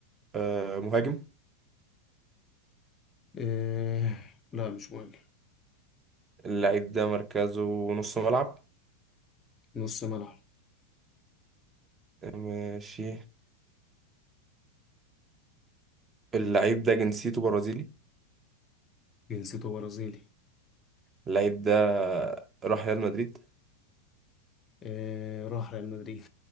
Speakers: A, on the right (about 20°); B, on the left (about 25°).
A: آه مهاجم
B: إيه... لا مش مهم
A: اللعيب ده مركزه نص ملعب
B: نص ملعب
A: ماشي اللعيب ده جنسيته برازيلي
B: جنسيته برازيلي
A: اللعيب ده راح ريال مدريد
B: إيه... راح ريال مدريد